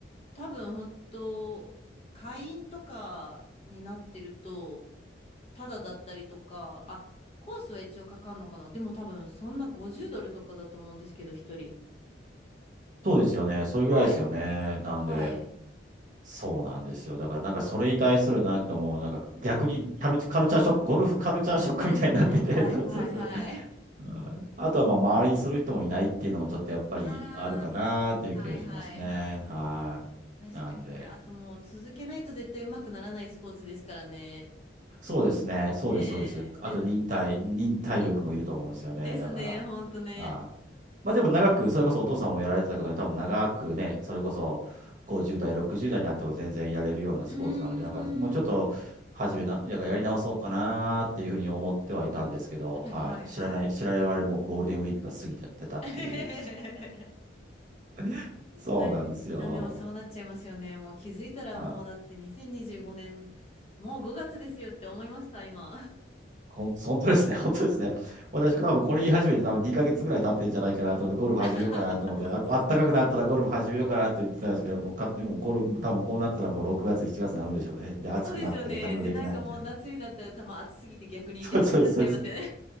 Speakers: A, on the left; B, on the right.
A: 多分本当、会員とかになってると、ただだったりとか、あ、コースは一応かかんのかな。でも多分そんな50ドルとかだと思うんですけど、一人。
B: そうですよね。それぐらいですよね。
A: はい。
B: なんで。
A: はい。
B: そうなんですよ。だからなんかそれに対するなんかもうなんか逆にカル、カルチャーショック、ゴルフカルチャーショックみたいになってて、
A: そうですね。はいはいはい。
B: <laughs> そうそうそう。
A: <laughs>
B: はいあとはまあ周りにする人もいないっていうのもちょっとやっぱりあるかなっていう気がしますね。
A: ああ、はいはいはい。
B: はい。
A: 確かに、
B: なんで。
A: あともう続けないと絶対上手くならないスポーツですからね。
B: そうですね。そうです、
A: ねえ、
B: そうです。
A: で、
B: あと忍耐、
A: なんか、
B: 忍耐力もいると思うんですよね。
A: うん、ですね、
B: だから。
A: ほんとね。
B: はいまあでも長く、
A: そ、う
B: それこそお父さんをやられてたことで、多分長くね、それこそ50代、60代になっても全然やれるようなスポーツなので、
A: ーん、
B: なんかもうちょっと始めな、
A: は
B: ややり直そうかなっていうふうに思ってはいたんですけど、
A: いはいはい。
B: はい。知らない、知らない我々もうゴールデンウィークが過ぎちゃってたっていう。
A: <laughs>
B: <laughs> そうなんですよ。
A: なり、なんでもそうなっちゃいますよね。もう気づいたらもうだって2025年、
B: はい
A: もう5月ですよって思いました、今。
B: ほん、<laughs> 本当ですね。<laughs> 本当ですね。私、多分これ言い始めて多分2ヶ月ぐらい経ってるんじゃないかなと思って、ゴルフ始めようかなと思って、
A: <laughs>
B: あ、あったかくなったらゴルフ始めようかなって言ってたんですけど、もう勝手にもうゴルフ、多分こうなったらもう6月、7月になるんでしょうね。で、暑くなって何もできないみたいな。
A: そうですよね。で、なんかもう夏になったら多分暑すぎて逆に行けなくなっちゃいますよね。
B: <laughs> そうそうそうそう。